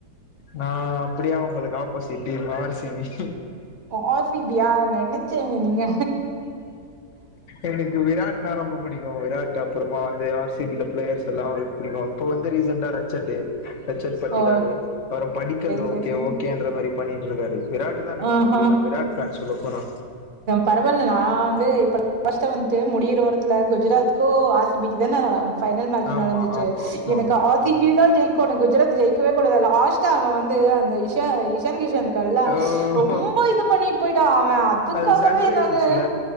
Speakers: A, on the left (about 55°); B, on the right (about 40°).
A: நா அப்டியா உங்களுக்கு ஆப் போ சிட் டீம் ஆர் சிவி
B: <unintelligible> நீங்க.
A: எனக்கு விராட்னா ரொம்ப புடிக்கு விராட் அப்புறமா வந்து ஆர் சிபில பிளேயர்ஸ் எல்லா புடிக்கு இப்போ வந்து ரீசன்டா ரச்சட்டு ரட்சட் <unintelligible>
B: ஓ!
A: அவரு படிக்கல்லோ
B: சரி,
A: ஓகே
B: சரி.
A: ஓகேன்ற மாரி பண்ணி விட்ருவாரு விராட்டு தா எனக்கு ரொம்ப
B: ஆஹா.
A: புடிக்கு நா விராட் சார்ன் சொல்ல போனா
B: பரவால்ல நா வந்து இப்ப லாஸ்டா வந்து முடிய ல வருதுல குஜராத் கோ ஆர் சி பிக்கு தான பைனல் மேட்ச்
A: ஆமா
B: நடந்துச்சு
A: ஆமா
B: எனக்கு
A: ஆமா
B: ஆர் சி பி தா ஜெயிக் கொனு குஜராத் ஜெயிக்கவே கூடாது லாஸ்ட்டா அவ வந் வந்து அந்த இஷா இஷன் கிஷன் இருக்கான்ல்ல
A: ஓ
B: ரொம்ப இது பண்ணிட்டு போய்ட்டா அவ க்காகவே
A: அது சன்ரைசஸ்ல
B: நானு